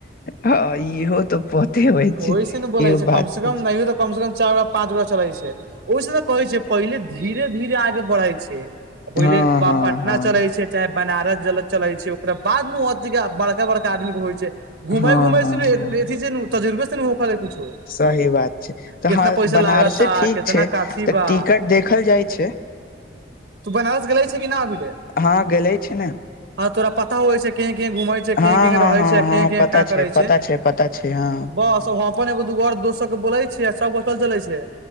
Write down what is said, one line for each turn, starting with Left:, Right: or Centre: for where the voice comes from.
Left: हँ इहो तऽ पते होइ छैय
Right: ओहि से ने बोले
Left: इहो
Right: छै
Left: बात
Right: कम से
Left: <unintelligible>
Right: कम नहियो तऽ कम से कम चार गो पाँच गो चलै छैय। ओहिसँ तऽ कहै छैय पहिले धीरे धीरे आगे बढ़ै छैय पहिले
Left: हँ हँ
Right: बाप पटना
Left: हँ
Right: चलै छैय। चाहे बनारस जल चलै छैय ओकरा बादमे अ बड़का बड़का आदमीे होइ छैय। घुमय
Left: हँ
Right: घुमय
Left: हँ
Right: सुन
Left: हँ
Right: <unintelligible> तजुर्बे <unintelligible> कुछो
Left: सही बात छैय तऽ
Right: कितना
Left: हँ
Right: पैसा
Left: बनारसे
Right: लागता
Left: ठीक
Right: कितना
Left: छैय
Right: काथी
Left: तऽ
Right: बा
Left: टिकट देखल जाइ छैय।
Right: तू बनारस गेले छैय कि नहि अभी रे?
Left: हँ गेलै छी ने।
Right: हँ तोरा पता हव छै <unintelligible> के के
Left: हँ
Right: रहै
Left: हँ हँ
Right: छैय कें
Left: हँ
Right: कें
Left: पता
Right: का करै
Left: छै पता
Right: छैय
Left: छै पता छै हँ
Right: बस <unintelligible> अपन एगो दूोर और दोस्तर के बोले छियै आ सब बतल चलै छैय।